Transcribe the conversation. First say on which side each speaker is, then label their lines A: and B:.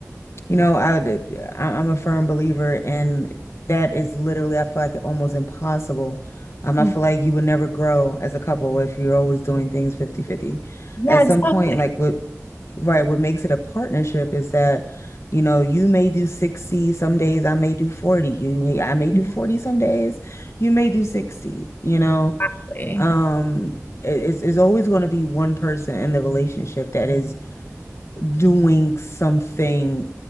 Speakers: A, on the left; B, on the left.
A: You know, I would, I- I'm a firm believer, and that is literally, I feel like almost impossible. Um, I
B: Mm.
A: feel like you would never grow as a couple if you're always doing things 50-50.
B: Yeah,
A: At
B: exactly.
A: some point, like what, right, what makes it a partnership is that, you know, you may do 60 some days, I may do 40. You may, I may do
B: Mhm.
A: 40 some days, you may do 60, you know.
B: Exactly.
A: Um, it- it's, it's always going to be one person in the relationship that is doing something